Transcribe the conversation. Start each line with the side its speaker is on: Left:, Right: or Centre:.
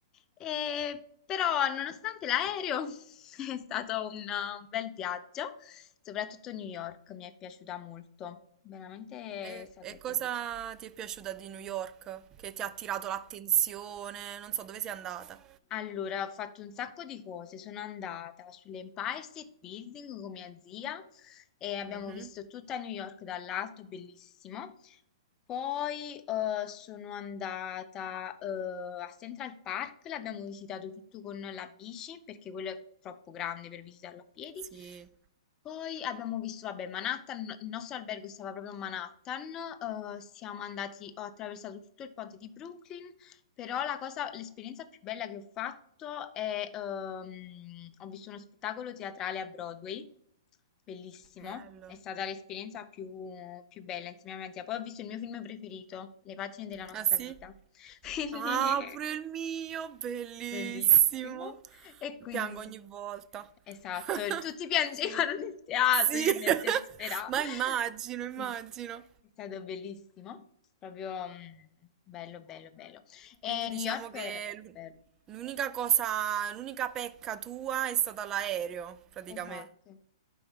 Left: E- però nonostante l'aereo <laughs> è stato un, uh, un bel viaggio, soprattutto New York mi è piaciuta molto, veramente
Right: E,
Left: è stato
Right: e cosa
Left: bellissimo.
Right: ti è piaciuta di New York? Che ti ha attirato l'attenzione? Non so dove sei andata.
Left: Allora, ho fatto un sacco di cose. Sono andata sull'Empire State Building con mia zia e abbiamo
Right: Mhm.
Left: visto tutta New York dall'alto, bellissimo. Poi eh, sono andata eh, a Central Park, l'abbiamo visitato tutto con la bici perché quello è troppo grande per visitarlo a piedi.
Right: Sì,
Left: Poi abbiamo visto, vabbè, Manhattan, il nostro albergo stava proprio a Manhattan, eh, siamo andati, ho attraversato tutto il ponte di Brooklyn, però la cosa, l'esperienza più bella che ho fatto è, ehm, ho visto uno spettacolo teatrale a Broadway, bellissimo,
Right: bello.
Left: è stata l'esperienza più, più bella insieme a mia zia. Poi ho visto il mio film preferito, Le pagine della nostra
Right: Ah sì?
Left: vita, <laughs> quindi
Right: Ah, pure il mio, bellissimo.
Left: Bellissimo. E quindi,
Right: Piango ogni volta. <laughs>
Left: esatto, tutti piangevano
Right: Sì.
Left: nel teatro,
Right: Sì.
Left: io e mia zia disperata.
Right: <laughs> Ma immagino, immagino.
Left: Sì, sì. È stato bellissimo, proprio mm, bello, bello, bello. E
Right: Quindi diciamo
Left: New York
Right: che
Left: era proprio
Right: l'u-
Left: bello.
Right: l'unica cosa, l'unica pecca tua è stata l'aereo, praticamente.
Left: Esatto,